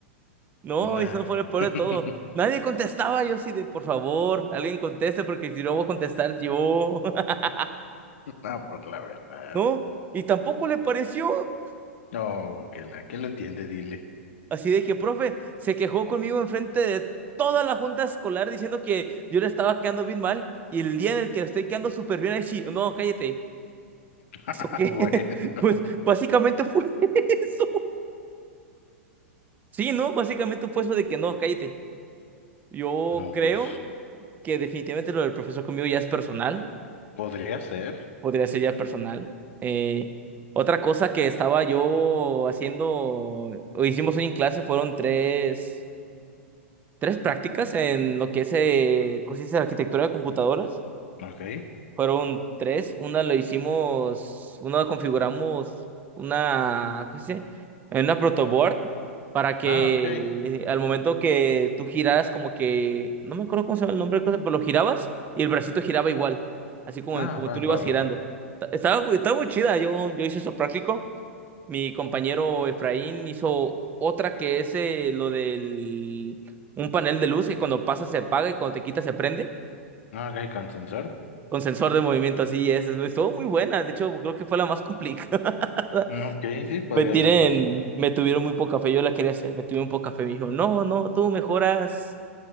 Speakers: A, on the right; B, on the left.
A: No,
B: Una.
A: y eso fue el peor
B: <laughs>
A: de todo. Nadie contestaba, yo así de, por favor, alguien conteste, porque si no voy a contestar yo. <laughs>
B: Ah, pues la verdad.
A: No, y tampoco le pareció.
B: No, que la que lo entiende, dile.
A: Así de que, profe, se quejó conmigo enfrente de toda la junta escolar diciendo que yo le estaba quedando bien mal. Y el día en el que estoy quedando súper bien, ahí sí, no, cállate.
B: <laughs>
A: ¿Eso qué?
B: Ah, Bueno.
A: <laughs> Pues básicamente fue <laughs> eso. Sí, ¿no? Básicamente fue eso de que no, cállate. Yo
B: No,
A: creo
B: pues
A: que definitivamente lo del profesor conmigo ya es personal,
B: podría ser.
A: podría ser ya personal. Eh, otra cosa que estaba yo haciendo, o hicimos hoy en clase, fueron tres, tres prácticas en lo que es eh, cosas de arquitectura de computadoras.
B: Ok.
A: Fueron tres. Una lo hicimos, una configuramos una, ¿cómo se dice? En Una protoboard para que
B: Ah, ok.
A: eh, al momento que tú giraras como que, no me acuerdo cómo se llama el nombre de cosa, pero lo girabas y el bracito giraba igual, así como,
B: Ah,
A: como
B: va,
A: tú lo
B: va,
A: ibas
B: va,
A: girando.
B: va.
A: Ta- Estaba, estaba muy chida, yo, yo hice eso práctico. Mi compañero Efraín hizo otra que es eh, lo del un panel de luz que cuando pasa se apaga y cuando te quita se prende
B: Ah, ok, con sensor.
A: con sensor de movimiento así es. Estuvo muy buena, de hecho creo que fue la más complicada. <laughs>
B: Mm, Ok, sí, podría
A: Me tienen,
B: verlo así.
A: me tuvieron muy poca fe, yo la quería hacer, me tuvieron poca fe, me dijo, no, no, tú mejoras,